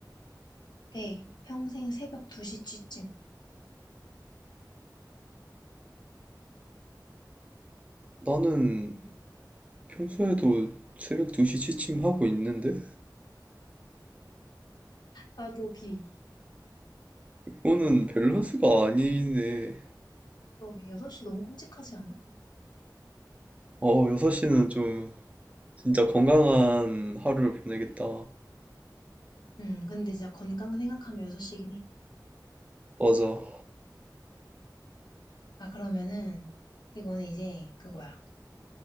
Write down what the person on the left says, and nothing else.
대 평생 새벽 2시쯤.
나도 B.
그러게, 6시 너무 끔찍하지 않아?
응, 근데 진짜 건강 생각하면 6시긴 해.
아, 그러면은, 이거는 이제 그거야.